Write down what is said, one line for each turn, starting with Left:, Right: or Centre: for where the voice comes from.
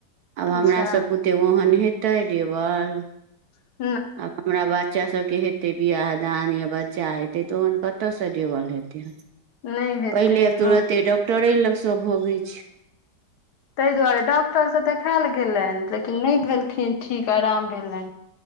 Right: आब हमरा
Left: अच्छा
Right: सभ बुते ओहन होतै देबल
Left: <inaudible>
Right: आ हमरा बच्चा सब के हेतै बियाह दान या बच्चा हेतै तऽ ओहन कतयसँ देबल हेतै
Left: नहि हेतै
Right: पहिले
Left: हँ
Right: तुरत्ते डॉक्टरे लग सब भोगै छै
Left: ताहि दुआरे डॉक्टर स देखायल गेलनि लेकिन नहि भेलखिन ठीक आराम भेलनि